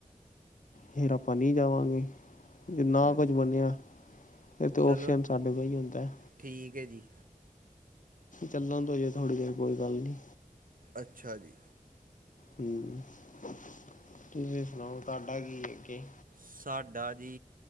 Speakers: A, on the left (about 65°); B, on the right (about 75°).
A: ਫੇਰ ਆਪਾਂ ਨਹੀਂ ਜਾਵਾਂਗੇ। ਜੇ ਨਾ
B: ਅੱਛਾ
A: ਕੁਝ
B: ਜੀ
A: ਬਣਿਆ ਫੇਰ ਤੇ ਓਪਸ਼ਨ
B: ਚਲੋ
A: ਸਾਡੇ ਕੋਲ ਹੀ ਹੁੰਦਾ।
B: ਠੀਕ ਹੈ ਜੀ
A: ਚੱਲਣ ਦੋ ਹਜੇ ਥੋੜੀ ਦੇਰ ਕੋਈ ਗੱਲ ਨੀ।
B: ਅੱਛਾ ਜੀ।
A: ਹੂੰ ਤੁਸੀ ਸੁਣਾਓ ਤੁਹਾਡਾ ਕੀ ਏ ਅੱਗੇ?
B: ਸਾਡਾ ਜੀ